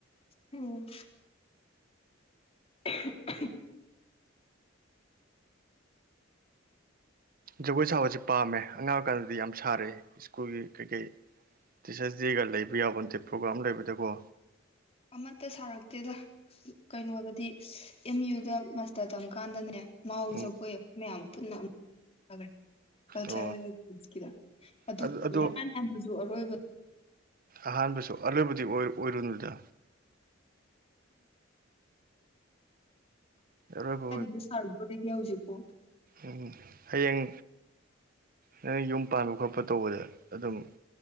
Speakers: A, on the left; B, on the right.
A: ꯎꯝ <unintelligible>
B: ꯖꯒꯣꯏ ꯁꯥꯕꯁꯦ ꯄꯥꯝꯃꯦ ꯑꯉꯥꯡ ꯑꯣꯏꯀꯥꯟꯗꯗꯤ ꯌꯥꯝ ꯁꯥꯔꯛꯑꯦ ꯁ꯭ꯀꯨꯜꯒꯤ ꯀꯩꯀꯩ ꯇꯤꯆꯔꯁ ꯗꯦꯒ ꯂꯩꯕ ꯌꯥꯕ ꯅꯠꯇꯦ ꯄ꯭ꯔꯣꯒ꯭ꯔꯥꯝ ꯑꯝ ꯂꯩꯕꯗꯀꯣ
A: ꯑꯃꯠꯇ ꯁꯥꯔꯛꯇꯦꯗ ꯀꯩꯅꯣꯗꯗꯤ ꯑꯦꯝ ꯌꯨꯗ ꯃꯥꯁꯇꯔ ꯇꯝꯀꯥꯟꯗꯅꯦ ꯃꯥꯎ
B: ꯎꯝ
A: ꯖꯒꯣꯏ ꯑꯩꯈꯣꯌ ꯃꯌꯥꯝ ꯄꯨꯟꯅ ꯑꯃꯨꯛ <unintelligible> ꯀꯜꯆꯔꯦꯜ
B: ꯑꯣ
A: ꯀꯤꯗ ꯑꯗꯨ
B: ꯑꯗꯣ
A: ꯏꯍꯥꯟ ꯍꯥꯟꯕꯁꯨ ꯑꯔꯣꯏꯕ
B: ꯑꯍꯥꯟꯕꯁꯨ ꯑꯔꯣꯏꯕꯗꯤ ꯑꯣꯏ ꯑꯣꯏꯔꯨꯅꯨꯗ ꯑꯔꯣꯏꯕ
A: ꯀꯥꯢꯗꯕꯨ ꯁꯥꯔꯨꯗꯣꯔꯤꯒꯦ ꯍꯧꯖꯤꯛꯄꯨ
B: ꯎꯃ ꯍꯌꯦꯡ ꯅꯪ ꯌꯨꯝ ꯄꯥꯟꯕ ꯈꯣꯠꯄ ꯇꯧꯕꯗ ꯑꯗꯨꯝ